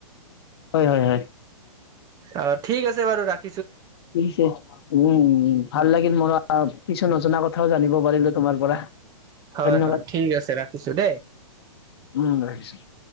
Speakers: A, on the left (about 45°); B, on the right (about 20°).
A: হয়-হয়-হয়,
B: অ' ঠিক আছে বাৰু ৰাখ
A: ছে উম উম ভাল লাগিল মন কিছু নজনা কথাও জানিব পাৰিলো তোমাৰ পৰা।
B: হয়
A: ধন্যবাদ
B: হয় ঠিক আছে ৰাখিছো দেই।
A: উম ৰাখিছ। <unintelligible>